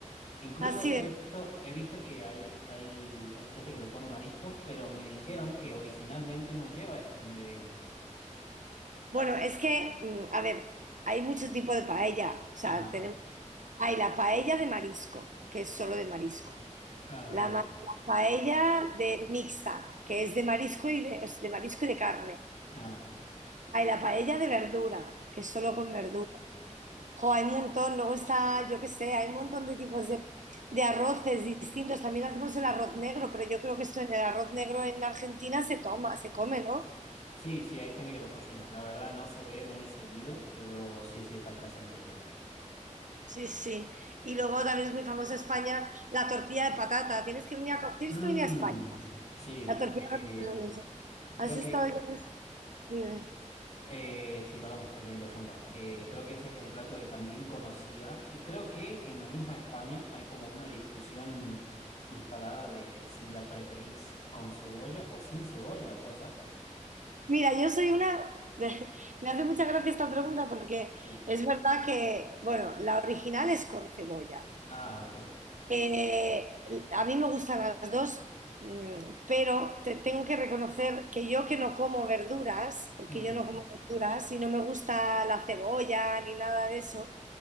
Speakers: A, on the left (about 55°); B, on the right (about 75°).
A: Incluso
B: Así
A: he
B: es.
A: visto, he visto que hay, hay, hay gente que le pone mariscos, pero me dijeron que originalmente no lleva estos ingredientes.
B: Bueno, es que, mm, a ver, hay muchos tipos de paella. O sea,
A: Ajá.
B: tenemos, hay la paella de marisco, que es solo de marisco.
A: Ah,
B: La,
A: bien.
B: ma- la paella de mixta, que es de marisco y de, es de marisco y de carne.
A: Ah.
B: Hay la paella de verdura, que es solo con verdura. Jo, hay un montón. Luego está, yo qué sé, hay un montón de tipos de, de arroces distintos. También hacemos el arroz negro, pero yo creo que esto en el arroz negro en Argentina se toma, se come, ¿no?
A: Sí, sí, hay gente que lo cocina. La verdad no se ve muy seguido, pero sí, sí está presente, digamos.
B: Sí, sí. Y luego también es muy famosa España la tortilla de patata. Tienes que venir a, co- tienes
A: Mm,
B: que venir a España.
A: sí,
B: La tortilla
A: eh,
B: de patata. es- maravillosa.
A: creo
B: Has
A: que...
B: estado ya en Dime.
A: eh, sí, perdón, que te interrumpa. Eh, creo que ese es el plato que también conocía y creo que en la misma España hay como una discusión instalada de si la preferís con cebolla o sin cebolla, ¿puede ser?
B: Mira, yo soy una... <laughs> Me hace mucha gracia esta pregunta porque
A: Sí.
B: es verdad que, bueno, la original es con cebolla.
A: Ah, ok.
B: Eh, a mí me gustan las dos, mm, pero te- tengo que reconocer que yo que no como verduras, porque
A: Ujú.
B: yo no como verduras y no me gusta la cebolla ni nada de eso,